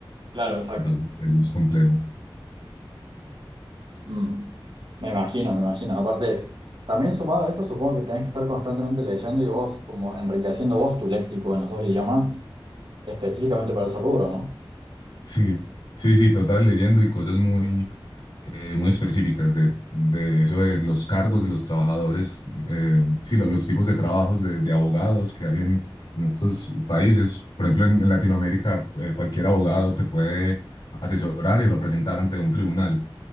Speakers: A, on the right; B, on the left.
A: Claro, exacto.
B: Entonces, eso es complejo.
A: Mm. Me imagino, me imagino. Aparte, también sumado a eso, supongo que tenés que estar constantemente leyendo y vos, como enriqueciendo vos tu léxico en los dos idiomas, específicamente para ese rubro, ¿no?
B: Sí, sí, sí, total, leyendo y cosas muy, eh, muy específicas de, de eso de los cargos de los trabajadores, eh, sí, lo- los tipos de trabajos de, de abogados que hay en, en estos países. Por ejemplo, en, en Latinoamérica, eh, cualquier abogado te puede asesorar y representar ante un tribunal.